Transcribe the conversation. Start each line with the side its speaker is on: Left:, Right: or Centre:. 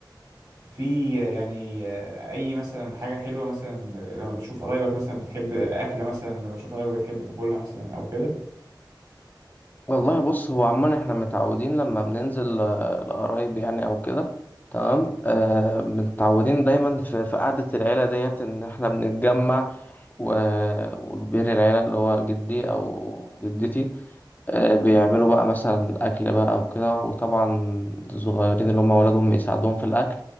Right: في يعني آه، اي مثلا حاجة حلوة مثلا لما بتشوف قرايبك مثلا بتحب اكلة مثلا لما بتشوف قرايبك بتحب تاكلها مثلا او كده
Left: والله بص هو عموما إحنا متعودين لما بننزل آه، لقرايب يعني أو كده تمام آه متعودين دايما في, في قعدة العيلة ديت إن إحنا بنتجمع و- وكبير العيلة اللي هو جدي أو جدتي آه، بيعملوا بقى مثلا أكل بقى وكده وطبعا الصغيرين اللي هم أولادهم يساعدوهم في الأكل